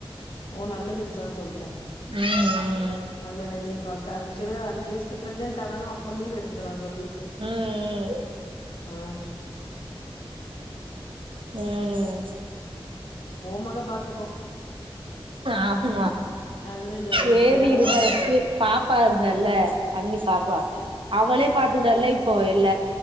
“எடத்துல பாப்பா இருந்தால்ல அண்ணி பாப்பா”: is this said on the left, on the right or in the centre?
Right